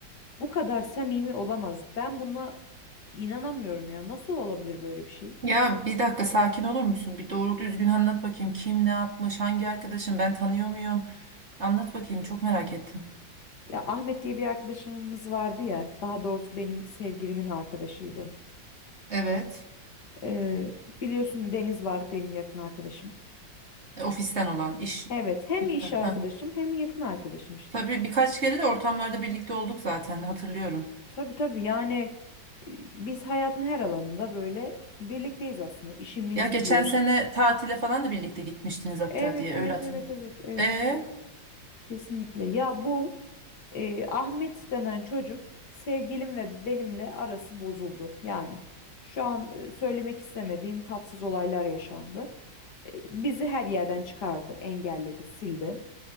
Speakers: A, on the left (about 60°); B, on the right (about 35°).
A: bu kadar samimi olamaz. Ben buna inanamıyorum ya. Nasıl olabilir böyle bir şey?
B: Ya bir dakika sakin olur musun? Bir doğru düzgün anlat bakayım. Kim ne yapmış? Hangi arkadaşın? Ben tanıyor muyum? Anlat bakayım. Çok merak ettim.
A: Ya Ahmet diye bir arkadaşımız vardı ya, daha doğrusu benim sevgilimin arkadaşıydı.
B: Evet.
A: Ee, biliyorsun Deniz var benim yakın arkadaşım.
B: E, Ofisten olan iş.
A: Evet, hem
B: işten,
A: iş
B: Ha.
A: arkadaşım hem yakın arkadaşım işte.
B: Tabii birkaç kere de ortamlarda birlikte olduk zaten hatırlıyorum.
A: Tabii tabii yani e, biz hayatın her alanında böyle birlikteyiz aslında. İşimiz
B: Ya geçen
A: bir.
B: sene tatile falan da birlikte gitmiştiniz hatta
A: Evet,
B: diye
A: evet,
B: öyle hatırlıyorum.
A: evet, evet, evet,
B: E?
A: evet. Kesinlikle. Ya bu e, Ahmet denen çocuk sevgilim ve benimle arası bozuldu. Yani şu an e, söylemek istemediğim tatsız olaylar yaşandı. E, bizi her yerden çıkardı, engelledi, sildi.